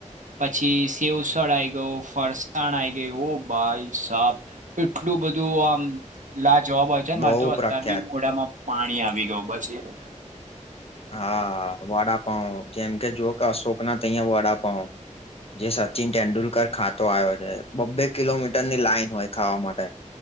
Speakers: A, on the right (about 80°); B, on the left (about 50°).
A: પછી સેવ ઉસળ આઈ ગયું ફરસાણ આઈ ગયું ઓ ભાઈ સાબ એટલું બધું આમ લા જવાબ હોય છે ને
B: બહુ
A: મારે તો અત્યાર
B: પ્રખ્યાત
A: બી મોડામાં પાણી આવી ગયું પછી <unintelligible>
B: હા વડાપાવ જેમ કે જો કે અશોક ના તહીયા વડાપાવ જે સચિન તેંડુલકર ખાતો આવ્યો છે બબ્બે કિલોમીટર ની લાઈન હોય ખાવા માટે